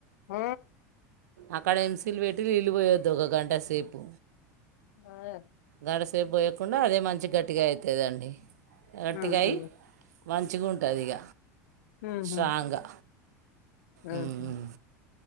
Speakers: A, on the left (about 75°); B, on the right (about 85°).
A: మ్
B: అక్కడ ఎంసీల్ పెట్టి నీళ్ళు పోయద్దు ఒక గంట సేపు
A: అదే
B: గంట సేప్ పోయకుండా అదే మంచిగ్ గట్టిగ అయితదండి. గట్టిగై
A: ఉహు
B: మంచిగుంటదిగ
A: ఉహు
B: స్ట్రాంగా
A: ఉహు
B: ఉమ్